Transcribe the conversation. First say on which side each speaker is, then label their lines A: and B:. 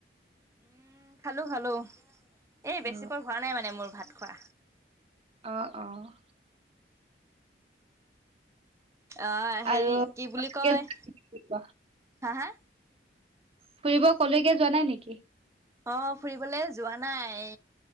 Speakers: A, on the right (about 15°); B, on the right (about 35°).
A: উম, খালো খালো এই
B: অ
A: বেছি পৰ হোৱা নাই মানে মোৰ ভাত খোৱা।
B: অ' অ'
A: অ' হেৰি
B: আৰু
A: কি বুলি
B: তাকে
A: কয়
B: ফুৰিব
A: হা হা।
B: ফুৰিব ক'লৈকে যোৱা নাই নেকি
A: অ ফুৰিবলে যোৱা নাই